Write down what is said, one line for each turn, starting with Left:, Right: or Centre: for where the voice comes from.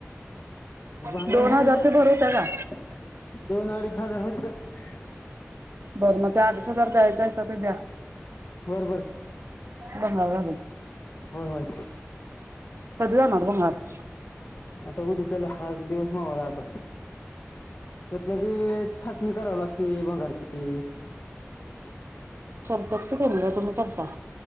Left: बंगार
Right: दोन
Left: होतेत
Right: हजारचे भर होत्या का
Left: दोन अडी द हजार होतित.
Right: बरं मग ते अडीच हजार द्यायच आहेसा ते द्या.
Left: बरबर.
Right: <unintelligible>
Left: होय होय.
Right: कध नबंगार.
Left: आता उद्याच्याला हाज दिवस मावळाय आता त्यातलं छाटणी करावी लागते भंगारची.
Right: करत्यात की त्यांनी का तुम्ही करता.